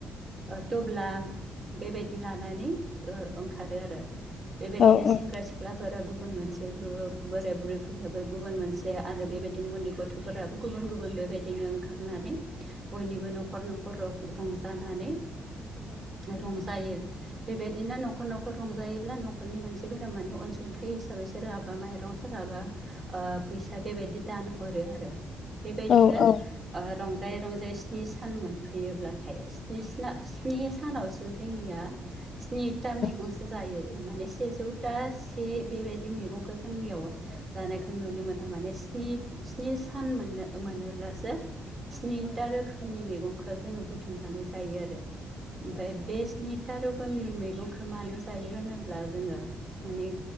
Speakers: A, on the right; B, on the left.
A: ओ थ'ब्ला बेबायदि लानानै ओ ओंखारो आरो बेबायदिनो
B: औ
A: सेंग्रा सिख्लाफोरा गु गुबुन मोनसे ग्रुप बोराय बुरैफोराबो गुबुन मोनसे आरो बेबायदिनो उन्दै गथ'फोराबो गुबुन गुबुन बेबायदिनो ओंखारनानै बयनिबो न'खर न'खर र रंजानानै रंजायो। बेबायदिनो न'खर न'खर रंजायोब्ला न'खरनि मानसि फोरा मानि अनसुंथाइ हिसाबै सोरहाबा माइरं सोरहाबा ओ फैसा बेबायदि दान हरो आरो। बेबायदिनो
B: औ औ
A: ओ रं जाय रंजायै स्नि सान मोनफैयो ब्लाथाय स्नि स्ना स्नि सानावसो जोंनिया स्नि था मैगंसो
B: औ
A: जायो माने सेजौ था से बिदि मैगंखौ जोंनियाव जानायखौ नुनो मोना माने स्नि स्नि सान मोननो मोनोब्लासो स्नि था रोखोमनि मैगंखौ जोङो बुथुमनानै जायो आरो। आफ्राय बे स्नि था र खोमनि मैगंखौ मानो जायो होनोब्ला जोङो माने